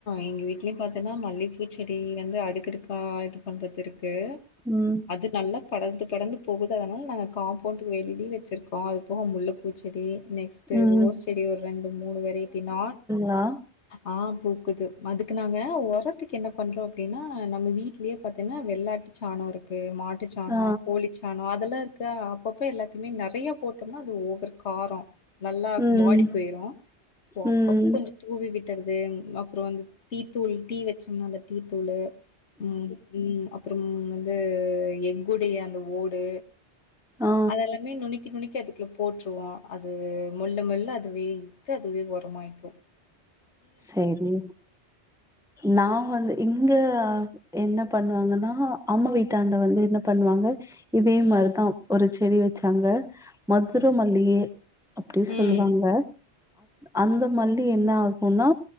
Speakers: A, on the left; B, in the centre.
A: எங்க வீட்லயு பாத்தோன்னா மல்லிப்பூச்செடி வந்து அடுக்கடுக்கா இது பண்றது இருக் கு
B: ம்
A: அது நல்லா படர்ந்து படர்ந்து போகுது அதனால நாங்க காம்பவுண்டக்கு வெளில வெச்சிருக்கோ அது போக முல்ப்பூ செடி நெக்ஸ்ட்
B: ம்
A: ரோஸ் செடி ஒரு ரெண்டு மூணு வெரைட்டி நா
B: நா
A: அ பூக்குது அதுக்கு நாங்க ஒரத்துக்கு என்ன பண்றோ அப்டின்னா நம்ம வீட்லயே பாத்தீன்னா வெள்ளாட்டு சாணோ இருக்கு மாடு மாட்டு சாணோ
B: ஆ
A: கோழி சாணோ அதெல்லா க்க அப்பப்ப எல்லாத்தயுமே நெறைய போட்டோம்னா அது ஓவர் காரம் நல்லா
B: ம்
A: பாடி போயிரு அப்பப்ப
B: ம்
A: கொஞ்ச தூவி விட் றது அப்ற அந்த டீ தூள் டீ வச்சோம்னா அந்த டீ தூளு ம் அப் அப்ற வந்து எக்குடைய அந்த ஓடு
B: ஆ
A: அதெல்லாமே நுனிக்கி தக்கி நுனிக்கி அதுக்குள்ள போட்டுருவோ அது மொல்ல மொல்ல அதுவே இத்து அதுவே ஒரமாய்க்கு
B: செரி நா வந்து இங்க என்ன பண்ணுவாங்கன்னா அம்மா வீட்டாண்ட வந்து என்ன பண்ணுவாங்க இதே மாரிதா ஒரு செடி வச்சாங்க மதுரமல்லி
A: ம்
B: அப்டி சொல்லுவாங்க
A: ம்.
B: அந்த மல்லி என்னாகு ன்னா